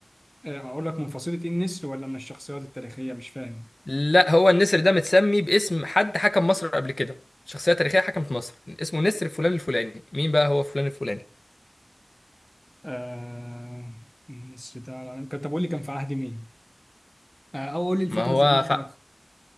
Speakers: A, in the centre; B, on the left.
A: آه، اقول لك من فصيلة ايه النسر ولا من الشخصيات التاريخية مش فاهم
B: لا هو النسر ده متسمي باسم حد حكم مصر قبل كده شخصية تاريخية حكمت مصر اسمه نسر فلان الفلاني مين بقى هو فلان الفلاني
A: آه... النسر ده كان طب قول لي كان في عهد مين آه... او قول لي الفترة
B: ما هو
A: الزمنية
B: ف...
A: بتاعته